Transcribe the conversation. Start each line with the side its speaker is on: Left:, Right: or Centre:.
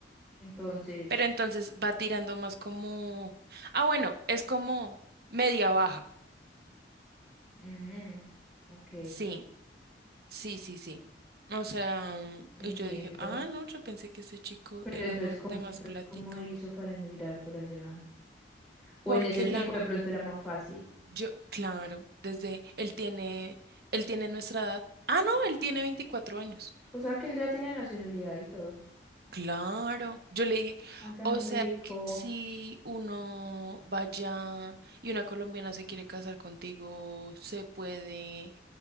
Centre: Entonces,
Right: Pero entonces va tirando más como, ah, bueno, es como media baja.
Centre: mm, ok,
Right: Sí, sí, sí, sí. O sea,
Centre: entiendo.
Right: y yo dije, ah, no, yo pensé que ese chico
Centre: Pero
Right: era
Centre: entonces,
Right: más
Centre: ¿cómo,
Right: de más
Centre: entonces,
Right: plática.
Centre: ¿cómo hizo para emigrar por allá? O
Right: Porque
Centre: en ese tiempo
Right: la,
Centre: de pronto era más fácil.
Right: yo, claro, desde él tiene, él tiene nuestra edad. Ah, no, él tiene 24 años.
Centre: O sea, que él ya tiene nacionalidad y todo.
Right: Claro, yo le dije,
Centre: Ah, tan
Right: o
Centre: rico.
Right: sea, que si uno vaya y una colombiana se quiere casar contigo, se puede,